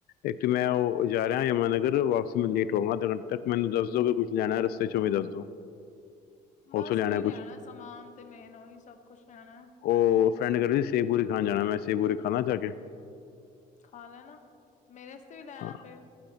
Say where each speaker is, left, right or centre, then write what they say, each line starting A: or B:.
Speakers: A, on the left; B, on the left.
A: ਇੱਕ ਮੈਂ ਉਹ ਜਾ ਰਿਹਾ ਯਮਨਾ ਨਗਰ, ਵਾਪਸੀ ਮੈਂ ਲੇਟ ਹੋਵਾਂਗਾ, ਤਦ ਤੱਕ ਮੈਨੂੰ ਦੱਸ ਦੋਗੇ ਕੁ ਕੁੱਛ ਲੈਣਾ ਰਸਤੇ ਚੋਂ ਵੀ ਦੱਸ ਦੋ
B: ਬਸ
A: ਉੱਥੋਂ
B: ਓ
A: ਹੈ
B: ਈ ਲੈਣਾ
A: ਕੁਝ
B: ਸਮਾਨ ਤੇ ਮੇਨ ਓ ਈ ਸਭ ਕੁਛ ਲੈਣਾ।
A: ਓ ਫਰੈਂਡ ਕੈ ਰਏ ਸੀ ਸੇਖਪੂਰੀ ਖਾਣ ਜਾਣਾ, ਮੈਂ ਸੇਖਪੂਰੀ ਖਾਂਲਾ ਜਾ ਕੇ?
B: ਖਾ ਲੈਣਾ, ਮੇਰੇ ਵਾਸਤੇ ਵੀ ਲੈ ਆਣਾ
A: ਹਾਂ
B: ਫੇਰ।